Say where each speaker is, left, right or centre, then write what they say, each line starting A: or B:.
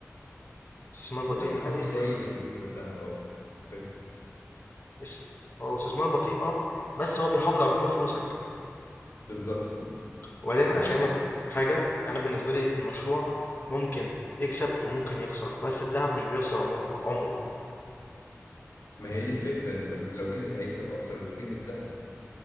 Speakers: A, on the left; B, on the left.
A: استثمار بطيء
B: ممكن
A: من
B: تحوش
A: ناحية
B: شويه
A: إيه؟
B: منهم كده الذهب اه فكره
A: اس هو استثمار بطيء اه بس هو بيحافظ على قيمة فلوسك
B: بالظبط
A: وبعدين
B: دي
A: افهمك
B: حقيقه
A: حاجة انا بالنسبة لي المشروع ممكن يكسب وممكن يخسر بس الذهب مش بيخسر عمو- عمره
B: ما هي دي الفكره بس لو كسب هيكسب اكتر بكتير من الذهب